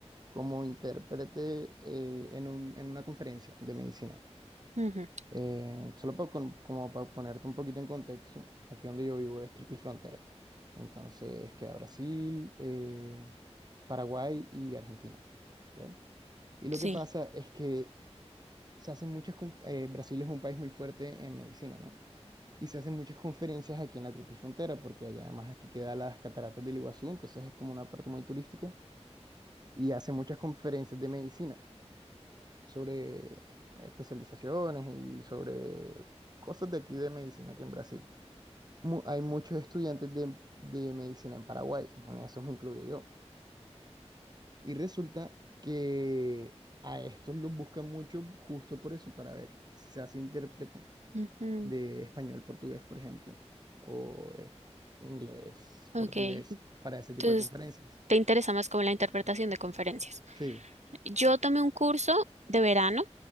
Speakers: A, on the right; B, on the right.
A: como intérprete eh, en un- en una conferencia de medicina.
B: Ujú,
A: Eh, solo pa- con- como para ponerte un poquito en contexto, aquí donde yo vivo es triple frontera. Entonces queda Brasil, eh, Paraguay y Argentina. ¿ya? Y lo
B: sí.
A: que pasa es que se hacen muchas... conf- eh, Brasil es un país muy fuerte en medicina, ¿no? Y se hacen muchas conferencias aquí en la Triple Frontera, porque hay- además aquí queda las cataratas del Iguazú, entonces es como una parte muy turística. Y hacen muchas conferencias de medicina sobre especializaciones y sobre cosas de aquí de medicina, aquí en Brasil. Mu- hay muchos estudiantes de, de medicina en Paraguay, en esos me incluyo yo. Y resulta que a estos los buscan mucho justo por eso, para ver si se hace intérprete
B: Ujú,
A: de español, portugués, por ejemplo, o eh, inglés, Ok.
B: Ok,
A: portugués, para ese
B: entonces
A: tipo de conferencias.
B: te interesa más como la interpretación de conferencias.
A: Sí.
B: Yo tomé un curso de verano